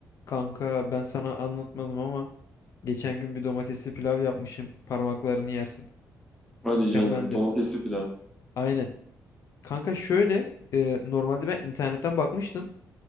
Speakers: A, on the left (about 50°); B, in the centre.
A: Kanka ben sana anlatmadım ama geçen gün bir domatesli pilav yapmışım. Parmaklarını yersin.
B: Hadi
A: Mükemmeldi.
B: canım. Domatesli pilav.
A: Aynen. Kanka şöyle e, normalde ben internetten bakmıştım